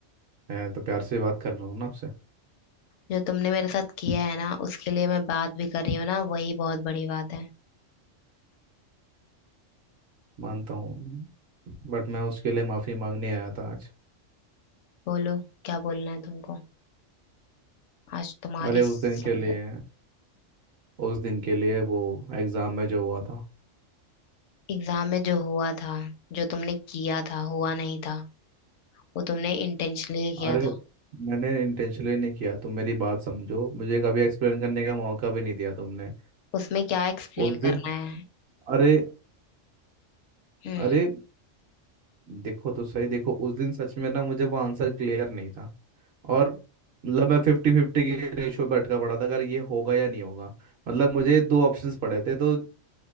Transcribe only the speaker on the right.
मैं तो प्यार से बात कर रहा हूँ ना आपसे
मानता हूँ बट मैं उसके लिए माफ़ी मांगने आया था आज
अरे उस
दिन के लिए उस दिन के लिए वो एग्ज़ाम में जो हुआ था
अरे
मैंने इंटेंशनली नहीं किया तुम मेरी बात समझो मुझे कभी एक्सप्लेन करने का मौका भी नहीं दिया तुमने
उस दिन
अरे
अरे देखो तो सही देखो उस दिन सच में ना मुझे वो आंसर क्लियर नहीं था और मतलब मैं फिफ्टी फिफ्टी के रेशियो पे अटका पड़ा था अगर ये होगा या नहीं होगा मतलब मुझे दो ऑप्शंस पड़े थे तो